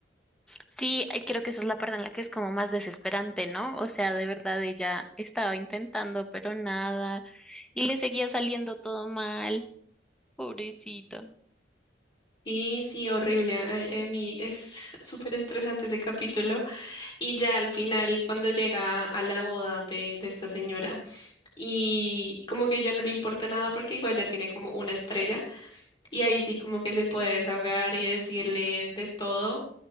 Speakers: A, in the centre; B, on the left.
A: Sí, eh, creo que esa es la parte en la que es como más desesperante, ¿no? O sea, de verdad ella estaba intentando, pero nada, y le seguía saliendo todo mal, pobrecita.
B: Sí, sí, horrible. A, a mí es <laughs> súper estresante ese capítulo. Y ya al final, cuando llega a la boda de, de esta señora, y como que ya no le importa nada porque igual ya tiene como una estrella, y ahí sí como que se puede desahogar y decirle de todo.